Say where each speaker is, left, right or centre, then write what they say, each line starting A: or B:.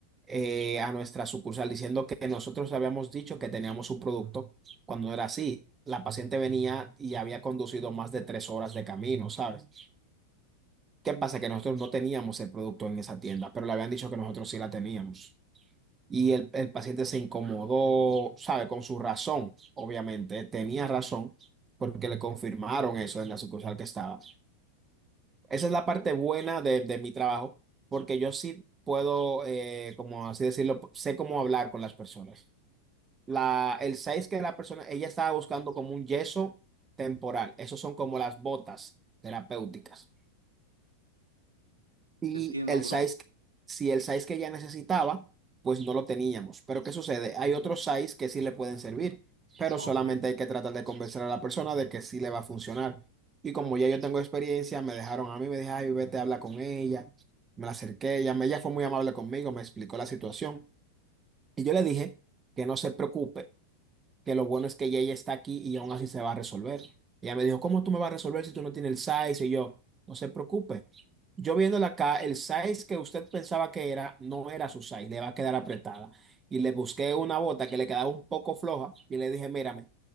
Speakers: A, on the right; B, on the right.
A: eh, a nuestra sucursal diciendo que nosotros habíamos dicho que teníamos un producto cuando no era así. La paciente venía y había conducido más de tres horas de camino, ¿sabes? ¿Qué pasa? Que nosotros no teníamos el producto en esa tienda, pero le habían dicho que nosotros sí la teníamos y el, el paciente se incomodó, sabe, con su razón, obviamente, tenía razón porque le confirmaron eso en la sucursal que estaba. Esa es la parte buena de, de mi trabajo, porque yo sí puedo, eh, como así decirlo, sé cómo hablar con las personas. La, el 6 que la persona, ella estaba buscando como un yeso temporal, esos son como las botas terapéuticas. y
B: entiendo,
A: el
B: bro.
A: size, si el size que ya necesitaba, pues no lo teníamos. Pero ¿qué sucede? Hay otros size que sí le pueden servir, pero
B: Ok,
A: solamente hay que tratar de convencer a la persona de que sí le va a funcionar. Y como ya yo tengo experiencia, me dejaron a mí, me dijeron, ay, vete, habla con ella. Me la acerqué, ella, ella fue muy amable conmigo, me explicó la situación. Y yo le dije que no se preocupe que lo bueno es que ella ya está aquí y aún así se va a resolver. Ella me dijo, ¿cómo tú me vas a resolver si tú no tienes el size? Y yo, no se preocupe. Yo viéndola acá, el size que usted pensaba que era, no era su size, le va a quedar apretada. Y le busqué una bota que le quedaba un poco floja y le dije, mírame,